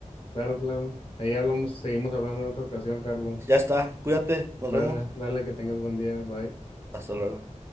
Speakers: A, on the left; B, on the right.
A: Claro, claro. Ahí hablamos, seguimos hablando en otra ocasión, Carlos.
B: Ya está, cuídate, nos
A: Dale,
B: vemos.
A: dale, que tengas buen día. Bye.
B: Hasta luego.